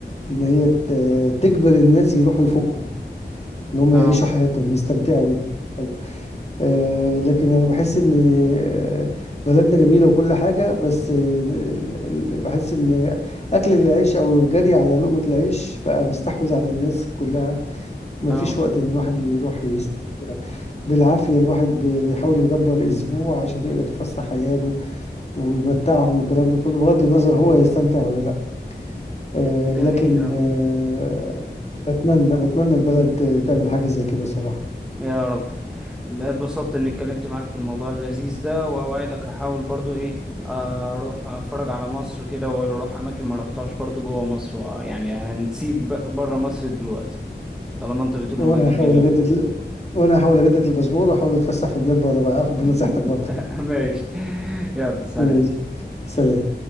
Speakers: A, on the left (about 35°); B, in the centre.
A: ان هي ت- تجبر الناس يروحوا يفكوا ان هم
B: اه
A: يعيشوا حياتهم يستمتعوا ويتفرجوا. آه لكن انا بحس ان آه، بلدنا جميله وكل حاجه بس آه، ال- ال- بحس ان اكل العيش او الجري على لقمه العيش بقى مستحوذ على الناس كلها ما
B: اه
A: فيش وقت ان الواحد يروح يستمتع بالعافيه الواحد بيحاول يدبر اسبوع عشان يقدر يفسح عياله ويمتعهم والكلام ده كله بغض النظر هو يستمتع ولا لا آه
B: جميل
A: لكن
B: اه
A: آه بتمنى بتمنى البلد تعمل حاجه زي كده صراحه
B: يا رب اتبسطت اني اتكلمت معاك في الموضوع اللذيذ ده واوعدك هحاول برضو ايه آه، اروح اتفرج على مصر كده واروح اماكن ما روحتهاش برضو جوه مصر و- يعني هنسيب ب- بره مصر دلوقتي طالما انت بتقول
A: وانا
B: المكان
A: هحاول
B: جميل
A: اجدد ال- وانا هحاول اجدد الباسبور واحاول اتفسح في بلاد بره بقى
B: <laughs>
A: اخد بنصيحتك برضه
B: ماشي يلا سلام
A: ماشي سلام